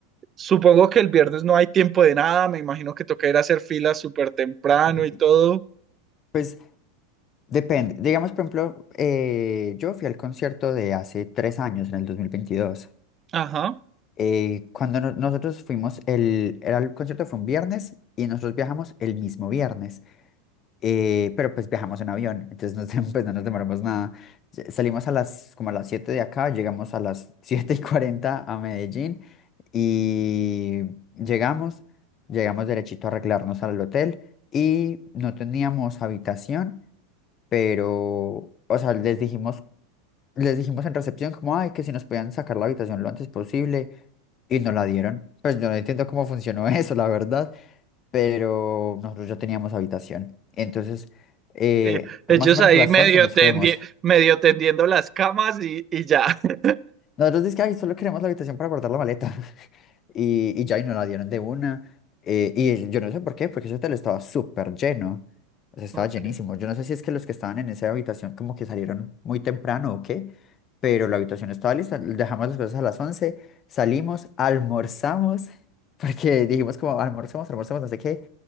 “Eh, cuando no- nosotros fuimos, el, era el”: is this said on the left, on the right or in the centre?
Left